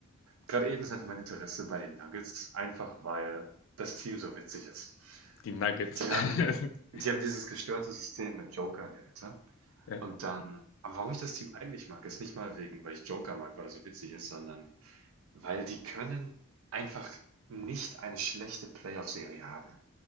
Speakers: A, on the right; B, on the left.
A: Gerade eben ist einfach mein Interesse bei den Nuggets, einfach weil das Team so witzig ist.
B: die Nuggets.
A: Die
B: <laughs>
A: haben, die haben dieses gestörte System mit Joker in der Mitte.
B: Ja,
A: Und dann, aber warum ich das Team eigentlich mag, ist nicht mal wegen, weil ich Joker mag, weil er so witzig ist, sondern weil die können einfach nicht eine schlechte Playoff-Serie haben.